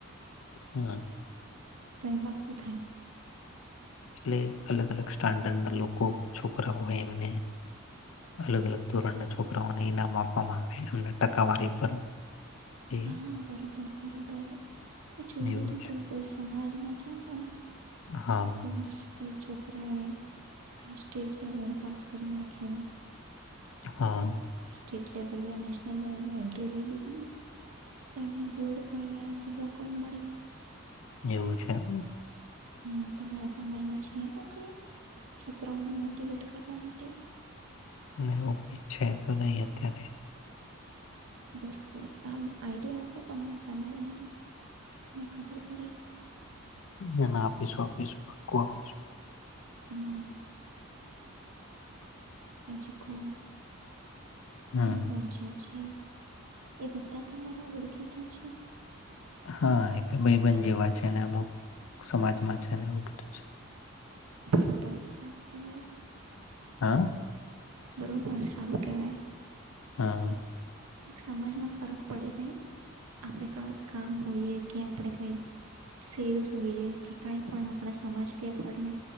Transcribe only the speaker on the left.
હ આ!
એટલે અલગ અલગ સ્ટાન્ડર્ડ ના લોકો છોકરાઓ હોય, એમને અલગ અલગ ધોરણના છોકરાઓને ઈનામ આપવામાં આવે, એમને ટકાવારી પર એ
એવું
છે.
હા
હા!
એવું છે એમ
એવું કઈ છે તો નઈ અત્યારે.
ના ના આપીશું આપીશું પાક્કું આપીશું
હમ
હા એટલે ભાઈબંદ જેવા છે ને અમુક સમાજમાં છે ને એવું બધું છે.
આ.
હા.